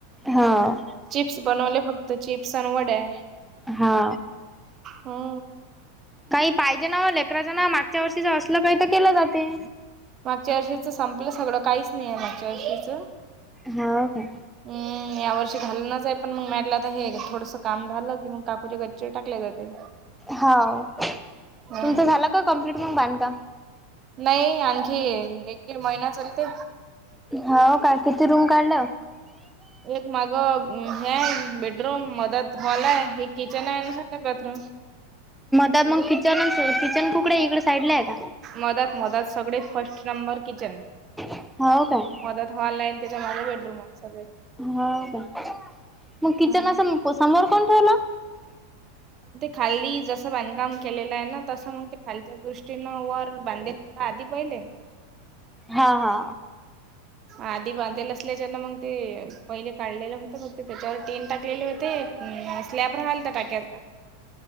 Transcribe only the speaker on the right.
चिप्स बनवले फक्त, चिप्स अन् वड्या.
हो.
मागच्या वर्षीच संपलं सगळं काहीच नही ये, मागच्या वर्षीच
हम्म, या वर्षी घालणचं आहे पण मग म्हटलं आता हे थोडसं काम झालं कि मग काकूच्या घरी चे टाकल्या जाते.
ह
नाही आणखी एक, दिड महिना चालते
एक माग हे हाय बेडरूम, मधात हॉल आहे. किचन आहे अन् संडास बाथरूम
मधात- मधात सगळे फर्स्ट नंबर किचन आहे.
मधात हॉल आहे अन् त्याच्या मागं बेडरूम आहे सगळे
हम्म.
ते खाली जसं बांधकाम केलेलं आहे ना, तसं मग ते खालच्या दृष्टीनं वर बांधले. आधी पहिले
आधी बांधलेले असल्याच्यानं मग ते पहिले काढलेलं होत, फक्त त्याच्यावर तिन टाकलेले होते. आणि स्लॅब राहालता टाक्याचा